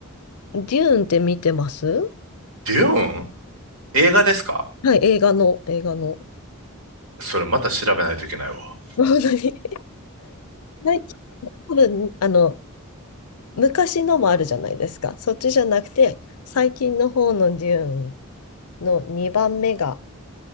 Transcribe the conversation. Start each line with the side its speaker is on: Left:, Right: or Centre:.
Left: デューンって見てます
Right: デューン映画ですか
Left: はい、映画の、映画の。
Right: それまた調べないといけないわ。
Left: <laughs> 本当に。最近、多分、あの、昔のもあるじゃないですか。そっちじゃなくて、最近の方のデューンの2番目が